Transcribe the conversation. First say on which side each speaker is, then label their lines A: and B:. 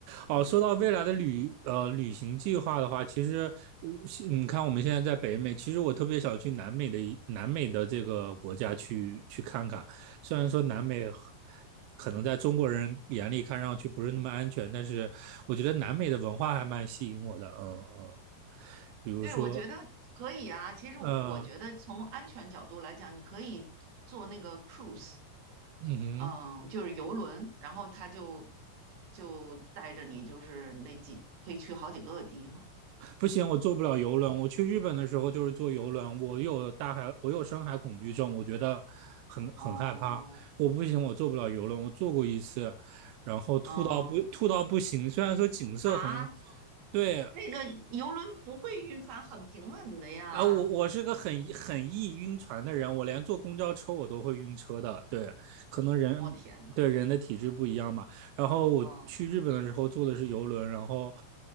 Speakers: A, on the right; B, on the right.
A: 哦，
B: 嗯。
A: 说到未来的旅呃旅行计划的话，其实呃是你看我们现在在北美，其实我特别想去南美的一南美的这个国家去去看看。虽然说南美可能在中国人眼里看上去不是那么安全，但是我觉得南美的文化还蛮吸引我的。嗯嗯，比如说，
B: 对，我觉得可以啊。其实我我觉得从安全角度来讲，
A: 嗯
B: 你可以坐那个 cruise，
A: 嗯哼。
B: 嗯，就是游轮，然后他就就带着你，就是那几可以去好几个地方。
A: 不行，我坐不了游轮。
B: 我
A: 我去日本的时候就是坐游轮，我有大海，我有深海恐惧症，我觉得很很害怕。
B: 哦，
A: 我不行，我坐不了游轮。我坐过一次，然后吐到不吐到不行。
B: 嗯
A: 虽然说景色很
B: 啊，
A: 对，
B: 那个游轮不会晕船，很平稳的呀。
A: 啊，我我是个很很易晕船的人，我连坐公交车我都会晕车的。对，可能人对人的体质不一样嘛。
B: 我、天呐，
A: 然后我去日本的时候坐的是游轮，
B: 嗯，
A: 然后